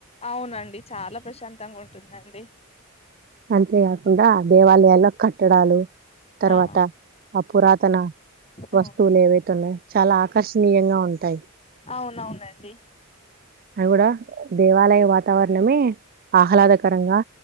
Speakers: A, on the left; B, on the right.
A: అవునండి. చాలా ప్రశాంతంగా ఉంటుంది. నండి
B: అంతే కాకుండా దేవాలయల కట్టడాలు తర్వాత
A: ఆ
B: ఆ పురాతన వస్తువులు
A: అవును
B: ఏవైతే ఉన్నాయో చాలా ఆకర్షణీయంగా ఉంటాయి.
A: అవునవునండి
B: అవ్ కూడా దేవాలయ వాతావరణమే ఆహ్లాదకరంగా
A: ఆ